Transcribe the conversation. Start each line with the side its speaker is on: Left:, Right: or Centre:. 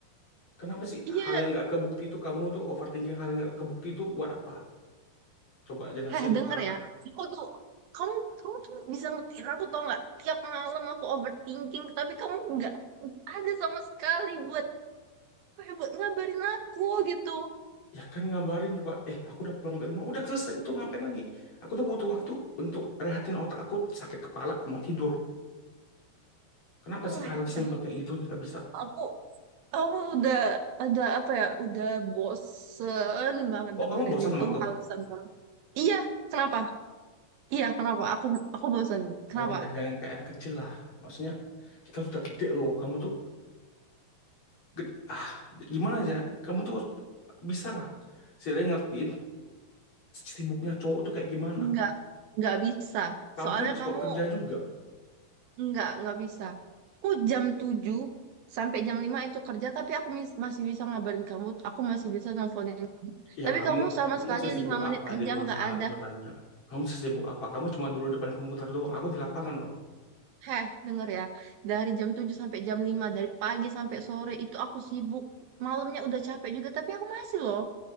Left: Kenapa sih
Right: Iya,
Left: hal yang nggak kebukti itu kamu tuh overthinking hal yang nggak kebukti itu buat apa? Coba jelasin
Right: eh
Left: lah
Right: denger
Left: kenapa.
Right: ya. Aku tuh kamu kamu tuh bisa ngertiin aku tau nggak? Tiap malam aku overthinking, tapi kamu nggak ada sama sekali buat apa ya, buat ngabarin aku gitu.
Left: Ya kan ngabarin coba, eh aku udah pulang dari rumah, udah selesai, itu ngapain lagi? Aku tuh butuh waktu untuk rehatin otak aku, sakit kepala, mau tidur. Kenapa
Right: Alah,
Left: sih hal simpel
Right: dah.
Left: kayak gitu nggak bisa?
Right: aku Aku udah ada apa ya? Udah bosen banget
Left: Oh
Right: dengerin
Left: kamu bosan
Right: itu
Left: sama aku?
Right: alasan orang. Iya, kenapa? Iya, kenapa? Aku aku bosen. Kenapa?
Left: Kalau nggak jangan kayak anak kecil lah. Maksudnya kita tuh udah gede loh, kamu tuh ged- ah gimana ya? Kamu tuh bisa lah. Saya ngertiin sibuknya cowok tuh kayak gimana.
Right: Enggak, enggak bisa.
Left: Kamu
Right: Soalnya
Left: kan juga
Right: kamu
Left: kerja juga.
Right: enggak, enggak bisa. Aku jam 7 sampai jam 5 itu kerja, tapi aku mis- masih bisa ngabarin kamu, aku masih bisa nelfonin kamu.
Left: Ya
Right: Tapi
Left: kamu
Right: kamu sama
Left: kamu
Right: sekali
Left: sesibuk
Right: 5 menit
Left: apa
Right: aja
Left: di perusahaan
Right: enggak ada.
Left: bertanya. Kamu sesibuk apa? Kamu cuma dulu depan komputer doang. Aku di lapangan loh.
Right: Heh, denger ya. Dari jam 7 sampai jam lima dari pagi sampai sore itu aku sibuk. Malamnya udah capek juga, tapi aku masih loh.